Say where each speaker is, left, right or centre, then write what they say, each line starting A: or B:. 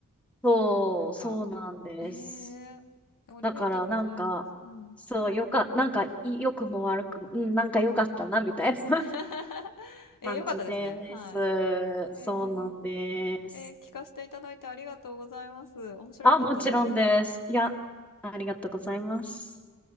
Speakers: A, in the centre; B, on the left.
A: そう、
B: なんか、
A: そうなんです。
B: ええありがとうございます。
A: だからなんか、
B: うん。
A: そう、よか、なんか、い良くも悪くも、うん、なんか良かったな、みたいな
B: <laughs>
A: <laughs>
B: えー、
A: 感じです。
B: よかったですね。はい。えー、
A: そうなんです。
B: えー聞かせていただいてありがとうございます。面白かったです。
A: あ、もちろんです。いや、ありがとうございます。